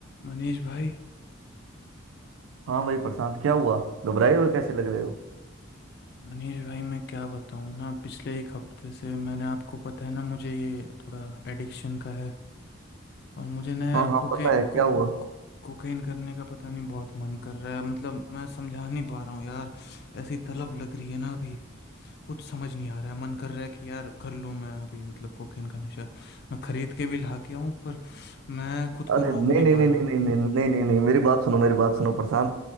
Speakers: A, on the left (about 55°); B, on the right (about 75°).
A: मनीष भाई
B: हाँ भाई प्रशांत क्या हुआ घबराए हुए कैसे लग रहे हो
A: मनीष भाई मैं क्या बताऊँ ना पिछले एक हफ्ते से मैंने आपको पता है ना मुझे ये थोड़ा एडिक्शन का है और मुझे ना यार
B: हाँ हाँ
A: कोके
B: पता है
A: को
B: क्या हुआ
A: कोकेन करने का पता नहीं बहुत मन कर रहा है मतलब मैं समझा नहीं पा रहा हूँ यार ऐसी तलब लग रही है ना अभी कुछ समझ नहीं आ रहा है मन कर रहा है कि यार कर लूँ मैं अभी मतलब कोकेन का नशा मैं खरीद के भी ला के आऊँ पर मैं खुद
B: अरे
A: को रोक
B: नहीं
A: नहीं
B: नहीं
A: पा
B: नहीं
A: रहा
B: नहीं
A: हूँ
B: नहीं नहीं नहीं नहीं नहीं मेरी बात सुनो मेरी बात सुनो प्रशांत